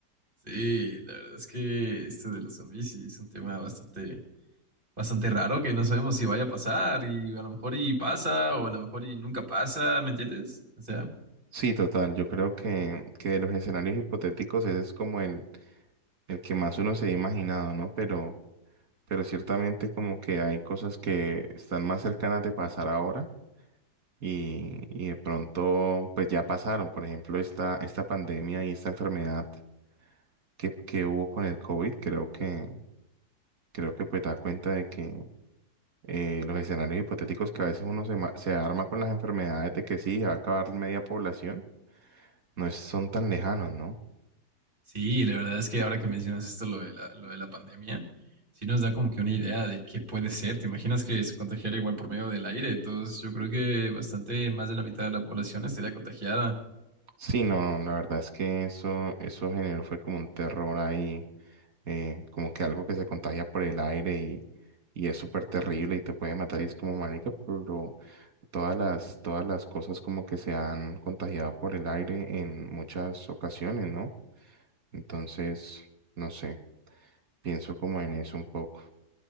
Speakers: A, on the right; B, on the right.
A: Sí, la verdad es que este de los zombies sí es un tema bastante, bastante raro que no sabemos si vaya a pasar y a lo mejor y pasa o a lo mejor y nunca pasa, ¿me entiendes? O sea,
B: Sí, total, yo creo que, que de los escenarios hipotéticos ese es como el, el que más uno se ha imaginado, ¿no? Pero... pero ciertamente como que hay cosas que están más cercanas de pasar ahora y, y de pronto pues ya pasaron. Por ejemplo, esta, esta pandemia y esta enfermedad que, que hubo con el COVID, creo que, creo que pues da cuenta de que eh, los escenarios hipotéticos que a veces uno se, ma- se arma con las enfermedades de que sí, se va a acabar media población, no es- son tan lejanos, ¿no?
A: sí, la verdad es que ahora que mencionas esto, lo de la, lo de la pandemia, sí nos da como que una idea de qué puede ser. ¿Te imaginas que se contagiara igual por medio del aire? Entonces yo creo que bastante más de la mitad de la población estaría contagiada.
B: Sí, no, la verdad es que eso, eso generó fue como un terror ahí eh, como que algo que se contagia por el aire y, y es súper terrible y te puede matar y es como marica, pero todas las, todas las cosas como que se han contagiado por el aire en muchas ocasiones, ¿no? Entonces, no sé, pienso como en eso un poco.